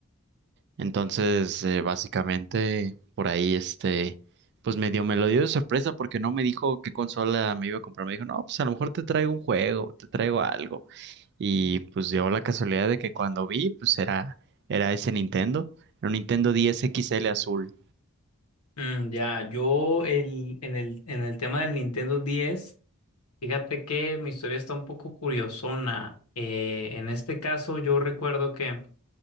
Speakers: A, on the right; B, on the left.
A: Entonces, eh, básicamente por ahí, este, pues medio me lo dio de sorpresa porque no me dijo qué consola me iba a comprar. Me dijo, no, pues a lo mejor te traigo un juego, te traigo algo. Y pues dio la casualidad de que cuando vi, pues era, era ese Nintendo, era un Nintendo 10 XL azul.
B: Mm, ya, yo el, en el, en el tema del Nintendo diez fíjate que mi historia está un poco curiosona. Eh, en este caso, yo recuerdo que